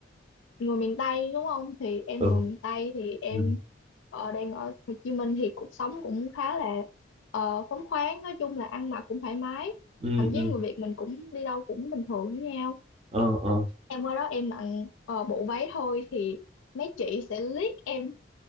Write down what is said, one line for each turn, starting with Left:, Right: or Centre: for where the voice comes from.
Left: người miền Tây đúng không thì em
Right: ừ
Left: người miền Tây thì em
Right: ừ
Left: ờ, đang ở Hồ Chí Minh thì cuộc sống cũng khá là ờ, phóng khoáng nói chung là ăn mặc cũng thoải mái
Right: ừ
Left: thậm
Right: ừ.
Left: chí người Việt mình cũng đi đâu cũng bình thường với nhau
Right: ờ ờ
Left: em qua đó em mặc ờ, bộ váy thôi thì mấy chị sẽ liếc em